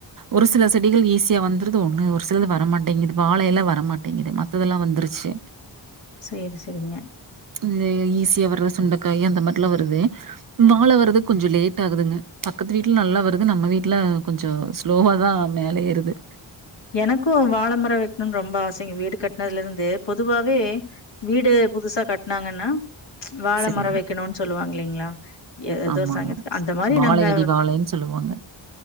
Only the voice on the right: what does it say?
ஒரு சில செட் டிகள் ஈஸியா வந்துறது ஒண்ணு ஒரு சிலது வரமாட்டேங்கிது வாழை எல்லா வரமாட்டேங்குது மத்ததெல்லா வந்துருச்சி
ந்த ஈஸியா வர்ற சுண்டக்காயி அந்த மாரிலா வருது வாழ வர்றதுக் கொஞ்சோ லேட் ஆகுதுங்க பக்கத்து வீட்ல நல்லா வருது நம்ம வீட்ல கொஞ்சோ ஸ்லோவா தா மேலயேறுது
சரிங்க.
ஆமாங்க.
வாழை
இடி வாழைன்னு சொல்லுவாங்க.